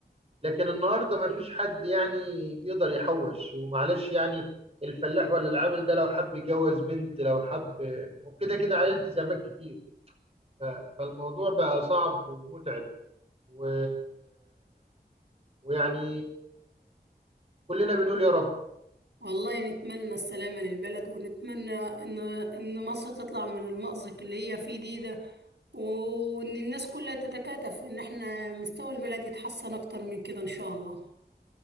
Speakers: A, on the right; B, on the right.
A: لكن النهارده ما فيش حد يعني بيقدر يحوش ومعلش يعني الفلاح ولا العامل ده لو حب يجوز بنت لو حب وكده كده عليه التزامات كتير ف- فالموضوع بقى صعب ومتعب و... ويعني كلنا بنقول يا رب
B: والله نتمنى السلامة للبلد ونتمنى ان ان مصر تطلع من المأزق اللي هي فيه دي ده وان الناس كلها تتكاتف ان احنا مستوى البلد يتحسن اكتر من كده ان شاء الله